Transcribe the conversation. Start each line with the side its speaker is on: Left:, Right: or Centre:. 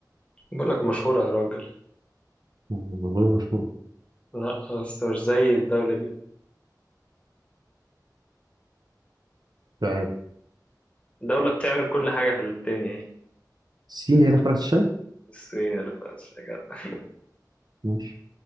Left: بقول لك مشهورة يا راجل
Right: منغوليا مشهوره
Left: لا بس مش زي الدولة دي
Right: مش عارف
Left: الدولة بتعمل كل حاجة في الدنيا يعني
Right: الصين هي اللي اخترعت الشاي
Left: الصين اللي خلاص يا جدع.
Right: ماشي